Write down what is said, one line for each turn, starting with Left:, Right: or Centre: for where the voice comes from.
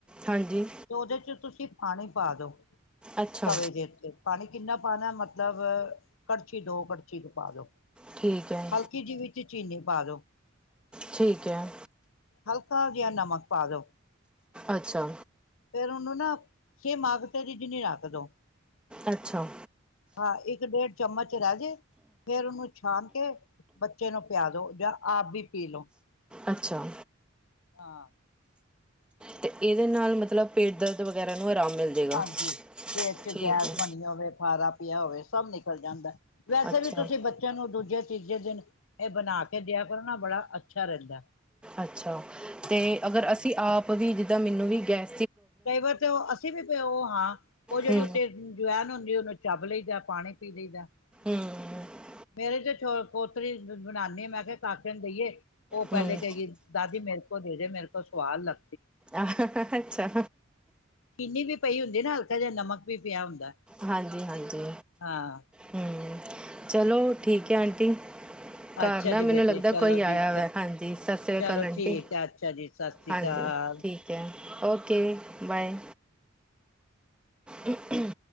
Centre: ਹਾਂਜੀ
Left: ਤੇ ਉਹਦੇ ਚ' ਤੁਸੀਂ ਪਾਣੀ ਪਾ ਦੋ
Centre: ਅੱਛਾ
Left: ਤਵੇ ਦੇ ਉੱਤੇ ਪਾਣੀ ਕਿੰਨਾ ਖਾਣਾ ਮਤਲਬ ਕੜਛੀ ਦੋ ਕੜਛੀ ਕ ਪਾ ਦਉ
Centre: ਠੀਕ ਹੈ
Left: ਹਲਕੀ ਜੀ ਵਿੱਚ ਚੀਨੀ ਪਾਦੋ
Centre: ਠੀਕ ਹੈ
Left: ਥੋੜਾ ਜਿਹਾ ਨਮਕ ਪਾ ਲਓ।
Centre: ਅੱਛਾ
Left: ਫਿਰ ਉਹਨੂੰ ਨਾ ਹੇ ਮਾਗਤ ਤੇ ਜਿੰਨੀ ਰੱਖ ਦੋ
Centre: ਅੱਛਾ
Left: ਹਾਂ, ਇੱਕ ਡੇਢ ਚਮਚ ਰਹਿ ਜੇ ਫੇਰ ਉਹਨੂੰ ਛਾਣ ਕੇ ਬੱਚੇ ਨੂੰ ਪਿਆ ਦੋ ਜਾਂ ਆਪ ਵੀ ਪੀ ਲੋ
Centre: ਅੱਛਾ
Left: ਹਾਂ
Centre: ਤੇ ਏਦੇ ਨਾਲ ਮਤਲਬ ਪੇਟ ਦਰਦ ਵਗੈਰਾ ਨੂੰ ਆਰਾਮ ਮਿਲ ਜੇਗਾ
Left: ਹਾਂਜੀ, ਪੇਟ ਚ
Centre: ਠੀਕ
Left: ਗੈਸ
Centre: ਹੈ
Left: ਬਨੀ ਹੋਵੇ ਫਾਰਾ ਪੇਆ ਹੋਵੇ ਸਭ ਨਿਕਲ ਜਾਂਦੈ। ਵੈਸੇ
Centre: ਅੱਛਾ
Left: ਵੀ ਤੁਸੀਂ ਬੱਚੇਆਂ ਨੂੰ ਦੂਜੇ ਤੀਜੇ ਦਿਨ ਏ ਬਨਾ ਕੇ ਦੇਆ ਕਰਨਾ ਬੜਾ ਅੱਛਾ ਰੈਂਦੈ
Centre: ਅੱਛਾ ਤੇ ਅਗਰ ਅਸੀਂ ਆਪ ਵੀ ਦਾ ਮੈਨੂੰ ਵੀ ਗੈ
Left: ਕਈ ਵਾਰ ਤੇ ਓ ਅਸੀਂ ਵੀ ਓ ਹਾਂ, <unintelligible>
Centre: ਹੂੰ
Left: ਚੱਬ ਲਈ ਜਾ ਪਾਣੀ ਪੀ ਲਈ ਦੈ
Centre: ਹਮ
Left: ਤੇਰੇ ਤੇ ਚੋ ਪੋਤਰੀ ਬਣਾਨੀ ਆ ਮੈਂ ਕਿਹਾ ਕਾਕੇ ਨੂੰ ਦੇਈਏ, ਉਹ
Centre: ਹੂੰ
Left: ਪਹਿਲੇ ਕਹੇਗੀ ਦਾਦੀ ਮੇਰੇ ਕੋ ਦੇ ਦੇ ਮੇਰੇ ਕੋ ਸਵਾਦ ਲੱਗ
Centre: ਆਹ ਅੱਛਾ
Left: ਚੀਨੀ ਵੀ ਪਈ ਹੁੰਦੀ ਨਾ ਹਲਕਾ ਜਿਹਾ ਨਮਕ ਵੀ ਪਿਆ ਹੁੰਦਾ
Centre: ਹਾਂਜੀ-ਹਾਂਜੀ
Left: ਹਾਂ
Centre: ਹਮ ਚਲੋ ਠੀਕ ਹੈ ਆਂਟੀ ਘਰ
Left: ਅੱਛਾ
Centre: ਨਾ
Left: ਜੀ
Centre: ਮੈਨੂੰ
Left: ਬੇਟੇ
Centre: ਲੱਗਦਾ
Left: ਚਲੋ
Centre: ਕੋਈ
Left: ਜੀ
Centre: ਆਇਆ ਵੈ, ਹਾਂਜੀ ਸਤਿ ਸ੍ਰੀ ਅਕਾਲ
Left: ਚਲੋ
Centre: ਆਂਟੀ
Left: ਠੀਕ ਹੈ ਅੱਛਾ ਜੀ ਸਤਿ ਸ਼੍ਰੀ
Centre: ਹਾਂਜੀ
Left: ਅਕਾਲ
Centre: ਠੀਕ ਹੈ ਓਕੇ ਬਾਏ ਹਮ-ਮ